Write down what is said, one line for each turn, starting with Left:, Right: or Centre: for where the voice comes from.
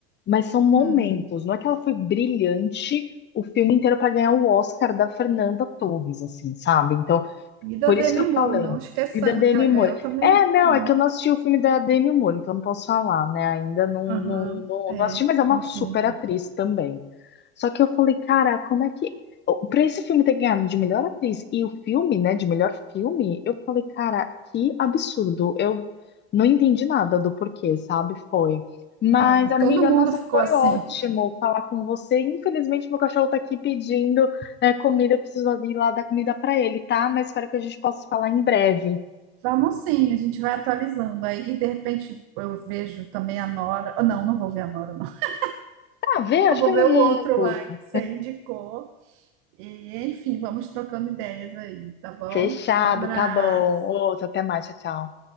Left: Mas são momentos,
Right: Uhum.
Left: não é que ela foi brilhante o filme inteiro para ganhar o Oscar da Fernanda Torres, assim, sabe? Então,
Right: E da
Left: por
Right: Demi
Left: isso que eu
Right: Moore,
Left: falei.
Right: não esqueçamos
Left: E da Demi
Right: que ela ganhou
Left: Moore.
Right: também.
Left: É, não,
Right: né?
Left: é que eu não assisti o filme da Demi Moore, então não posso falar, né? Ainda não,
Right: Aham.
Left: não, não,
Right: É,
Left: não assisti, mas é uma
Right: entendi.
Left: super atriz também. Só que eu falei, cara, como é que. Pra esse filme ter ganhado de melhor atriz e o filme, né, de melhor filme, eu falei, cara, que absurdo. Eu não entendi nada do porquê, sabe? Foi. Mas,
Right: É,
Left: amiga,
Right: todo mundo
Left: nossa,
Right: ficou
Left: foi
Right: assim.
Left: ótimo falar com você. Infelizmente, meu cachorro tá aqui pedindo, né, comida. Eu preciso ir lá dar comida pra ele, tá? Mas espero que a gente possa falar em breve.
Right: Vamos sim, a gente vai atualizando. Aí, de repente, eu vejo também a Nora. Ah, Não, não vou ver a Nora, não. <laughs>
Left: Tá, vê? Acho
Right: Eu vou
Left: que não,
Right: ver
Left: não,
Right: o outro
Left: não custa.
Right: lá que você indicou. E, enfim, vamos trocando ideias aí, tá bom?
Left: Fechado,
Right: Abraço.
Left: tá bom. Outro, até mais, tchau, tchau.